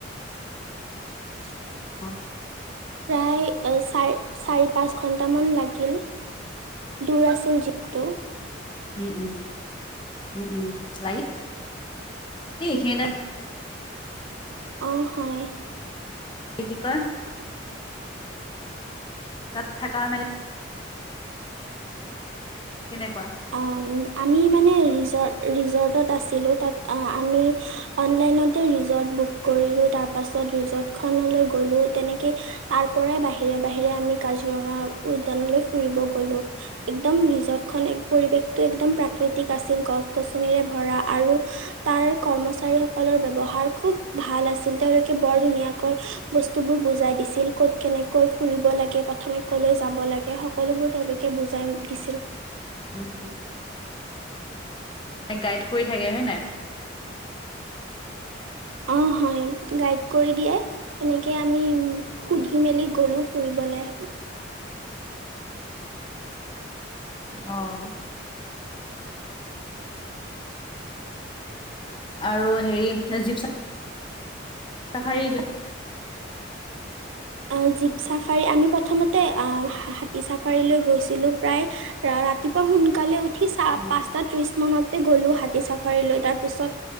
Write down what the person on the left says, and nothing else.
অ'।
উম, উম, উম, উম, <unintelligible> সিহঁতে
কি কি কয়। তাত থকা মেলা কেনেকুৱা?
উম, উম। গাইড কৰি থাকে হয় নে নাই?
<inaudible> অ'। আৰু হেৰি জীপ চাফাৰি এইবিলাক
উম,